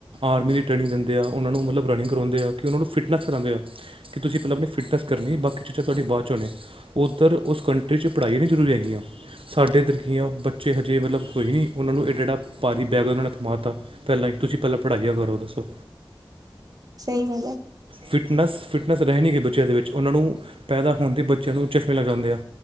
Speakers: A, on the right; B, on the right.
A: ਆਰਮੀ ਦੀ ਟ੍ਰੇਨਿੰਗ ਦਿੰਦੇ ਆ, ਓਨਾਂ ਨੂੰ ਮਤਲਬ ਰਨਿੰਗ ਕਰਵਾਉਂਦੇ ਆ ਕਿ ਓਨਾਂ ਨੂੰ ਫਿਟਨੈਸ ਕਰਾਂਦੇ ਆ ਕਿ ਤੁਸੀਂ ਪੈਲਾਂ ਆਪਨੀ ਫਿਟਨੈਸ ਕਰਨੀ ਏ ਬਾਕੀ ਚੀਜਾਂ ਤੁਆਡੀ ਬਾਦ 'ਚ ਹੋਨੇ ਏ। ਓਧਰ ਓਸ ਕੰਟਰੀ 'ਚ ਪੜਾਈ ਨੀ ਜਰੂਰੀ ਹੈਗੀਆਂ। ਸਾਡੇ ਏੱਧਰ ਕੀਂ ਆਂ ਓ ਬੱਚੇ ਹਜੇ ਮਤਲਬ ਕੋਈ ਨੀ ਓਨਾਂ ਨੂੰ ਐਡਾ-ਐਡਾ ਭਾਰੀ ਬੈਗ ਓਨਾਂ ਨੇ ਥਮਾ ਤਾ ਪੈਲਾਂ ਈ ਤੁਸੀਂ ਪੈਲੋਂ ਪੜਾਈਆ ਕਰੋ, ਦੱਸੋ।
B: ਸਈ ਗੱਲ ਐ।
A: ਫਿਟਨੈਸ, ਫਿਟਨੈਸ ਰਹਿ ਨੀ ਗਈ ਬੱਚਿਆਂ ਦੇ ਵਿੱਚ, ਓਨਾਂ ਨੂੰ ਪੈਦਾ ਹੋਣ ਦੇ ਬੱਚਿਆਂ ਨੂੰ ਚਸ਼ਮੇ ਲਗ ਜਾਂਦੇ ਆ।